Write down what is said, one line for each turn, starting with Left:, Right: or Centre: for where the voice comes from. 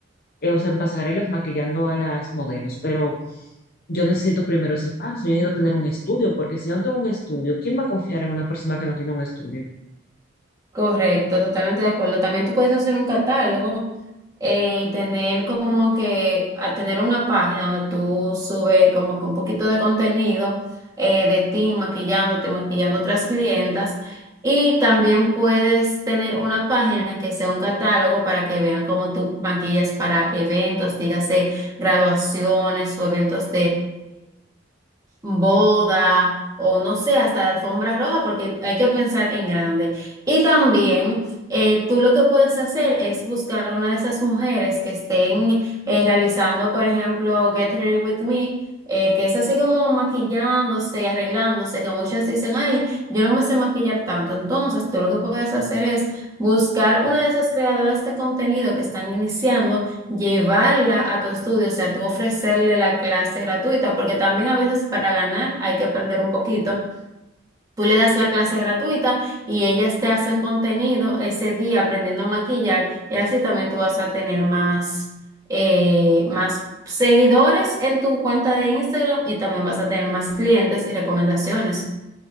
Left: eh, o sea, en pasarelas maquillando a las modelos, pero yo necesito primero ese paso, yo necesito tener un estudio, porque si yo no tengo un estudio, ¿quién va a confiar en una persona que no tiene un estudio?
Right: Correcto, totalmente de acuerdo. También tú puedes hacer un catálogo eh, y tener como que, a tener una página donde tú subes como que un poquito de contenido eh, de ti maquillándote, maquillando otras clientas. Y también puedes tener una página que sea un catálogo para que vean cómo tú maquillas para eventos, dígase graduaciones o eventos boda o no sé, hasta de alfombra roja, porque hay que pensar en grande. Y también eh, tú lo que puedes hacer es buscar una de esas mujeres que estén eh, realizando, por ejemplo, Get Ready With Me. eh, que es así como maquillándose y arreglándose, que muchas dicen, ay, yo no me sé maquillar tanto. Entonces, tú lo que puedes hacer es buscar una de esas creadoras de contenido que están iniciando llevarla a tu estudio, o sea, tú ofrecerle la clase gratuita, porque también a veces para ganar hay que perder un poquito. Tú le das la clase gratuita y ellas te hacen contenido ese día aprendiendo a maquillar y así también tú vas a tener más, eh, más seguidores en tu cuenta de Instagram y también vas a tener más clientes y recomendaciones.